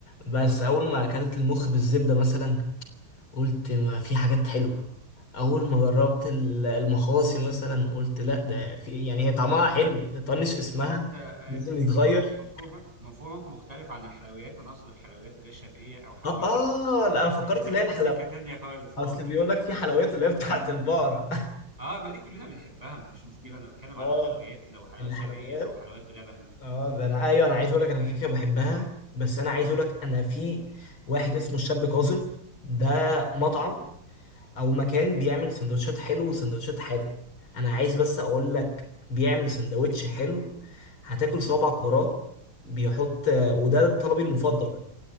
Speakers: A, on the left; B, on the right.
A: بس اول ما اكلت المخ بالزبده مثلا قلت ما في حاجات حلوة أول ما جربت ال- المخاصي مثلا قلت لا ده في يعني هي طعمها حلو طنش اسمها
B: هو انت آه،
A: لازم يتغير
B: انت مف- مفهوم مفهومك مختلف عن الحلويات انا اقصد الحلويات اللي هي الشرقيه او حلويات
A: اه
B: بلبن
A: اه لا انا فكرت
B: انت دخلت
A: اللي هي الحلويات
B: السكه تانية خالص اه
A: اصل
B: تمام
A: بيقول لك في حلويات اللي هي بتاعت البقرة
B: اه ما دي كلنا بنحبها مفيش مشكله انا
A: <laughs>
B: بتكلم على
A: اه
B: الحلويات لو حلويات
A: الحلويات
B: شرقيه او حلويات بلبن
A: اه ده انا ايوه انا عايز اقول لك انا كيكه بحبها بس انا عايز اقول لك انا في واحد اسمه الشاب كاظم ده مطعم او مكان بيعمل سندوتشات حلو وسندوتشات حادق انا عايز بس اقول لك بيعمل سندوتش حلو هتاكل صوابعك وراه بيحط وده طلبي المفضل بقى